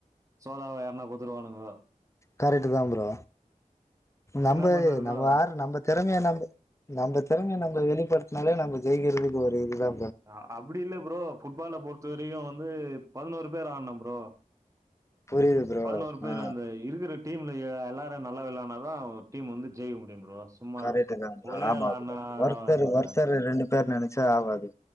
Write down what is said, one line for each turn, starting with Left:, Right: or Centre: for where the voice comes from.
Right: சோதாவா யார்னா குத்துருவானுங்கோ
Left: கரெட்டு தா ப்ரோ நம்பே
Right: என்ன பண்றது ப்ரோ
Left: நம்ம யாரு நம்ப திறமைய நம்ப நம்ப திறமைய நம்ப வெளிப்படுத்னாலே நம்ப ஜெயிக்கறதுக்கு ஒரு இதுதா
Right: ஆ அப்பிடி இல்ல ப்ரோ ஃபுட்பால பொறுத் த்த வரியு வந்து பதினோரு பேர் ஆட்ணு ப்ரோ
Left: புரியுது ப்ரோ
Right: பதினோரு பேரு
Left: ஆ
Right: அந்த இருக்கற டீம்லயே எல்லாரு நல்லா விளாட்னாதா ஒரு டீம் வந்து ஜெயிக்க முடியு ப்ரோ சும்மா
Left: கரெட்டு தா ப்ரோ
Right: ஒரே
Left: ஆமா
Right: ஆள் ஆடுனா
Left: ப்ரோ ஒருத்தரு
Right: ஆவாது ப்ரோ
Left: ஒருத்தர் ரெ ரெ ரெண்டு பேர் நெனச்சா ஆவாது